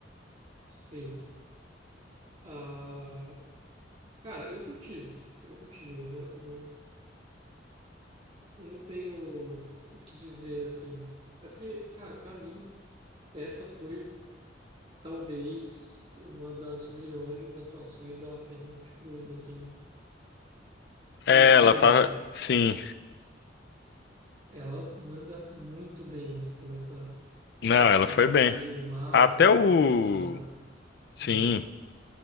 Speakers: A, on the right; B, on the left.
A: Sim. Ah, Cara, eu curti. Eu curti. Eu re- não, não tenho o que dizer assim. É porque, cara, pra mim, essa foi talvez uma das melhores atuações da Penélope Cruz, assim,
B: É,
A: desde
B: ela
A: sempre.
B: tava. Sim,
A: Ela manda muito bem, como essa pessoa
B: não,
A: que
B: ela
A: tá
B: foi bem.
A: meio mal
B: Até
A: por
B: o.
A: causa da, da...
B: Sim,
A: Hum,